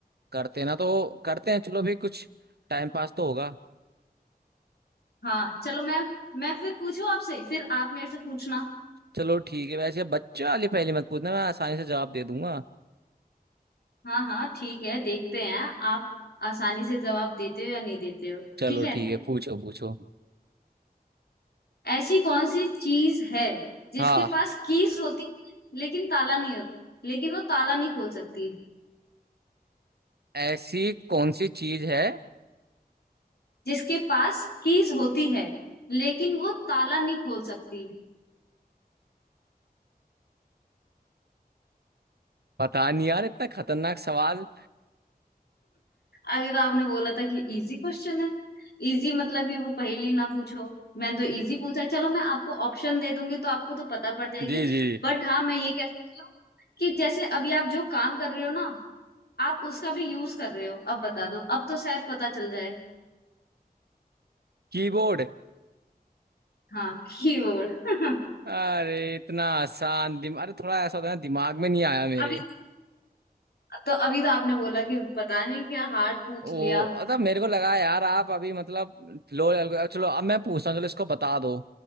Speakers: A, on the right (about 85°); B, on the left (about 80°).
A: करते ना तो करते हैं चलो भी कुछ टाइम पास तो होगा
B: हाँ चलो मैं मैं फिर पूछूं आपसे फिर आप मेरे से पूछना
A: चलो ठीक है वैसे बच्चा वाली पहले मत पूछना मैं आसानी से जवाब दे दूंगा
B: हाँ हाँ ठीक है देखते हैं आप आसानी से जवाब देते हो या नहीं देते हो
A: चलो
B: ठीक है
A: ठीक है पूछो पूछो
B: ऐसी कौन सी चीज है जिसके
A: हाँ
B: पास कीज होती है लेकिन ताला नहीं होता लेकिन वो ताला नहीं खोल सकती
A: ऐसी कौन सी चीज है
B: जिसके पास कीज होती है लेकिन वो ताला नहीं खोल सकती
A: पता नहीं यार इतना खतरनाक सवाल
B: अभी तो आपने बोला था कि इजी क्वेश्चन है इजी मतलब कि वो पहेली ना पूछो मैंने तो इजी पूछा चलो मैं आपको ऑप्शन दे दूंगी तो आपको तो पता पड़ जाएगी
A: जी जी
B: बट हाँ मैं ये कह सकती हूँ कि जैसे अभी आप जो काम कर रहे हो ना आप उसका भी यूज कर रहे हो अब बता दो अब तो शायद पता चल जाए
A: कीबोर्ड
B: हाँ कीबोर्ड <laughs>
A: अरे इतना आसान दिमाग अरे थोड़ा ऐसा होता है ना दिमाग में नहीं आया मेरे
B: अभी तो अभी तो आपने बोला कि पता नहीं क्या हार्ड पूछ
A: ओ
B: लिया
A: मतलब मेरे को लगा यार आप अभी मतलब लो लेवल चलो अब मैं पूछता हूँ चलो इसको बता दो